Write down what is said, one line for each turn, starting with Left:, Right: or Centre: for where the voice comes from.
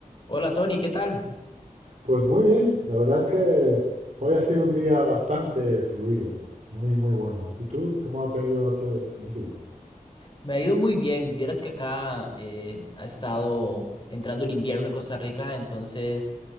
Left: Hola Tony, ¿qué tal?
Right: Pues muy bien, la verdad es que hoy ha sido un día bastante fluido, muy, muy bueno. ¿Y tú cómo te ha ido a ti el día?
Left: Me ha ido muy bien. Vieras que acá eh, ha estado entrando el invierno en Costa Rica, entonces